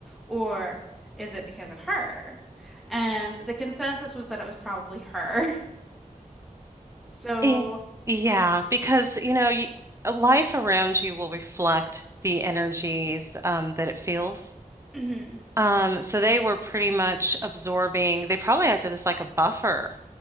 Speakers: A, in the centre; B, on the right (about 20°).
A: or is it because of her? And the consensus was that it was probably her. <laughs> So
B: Yeah. Yeah, because you know, you, life around you will reflect the energies um, that it feels.
A: mhm.
B: Um, so they were pretty much absorbing. They probably acted as like a buffer.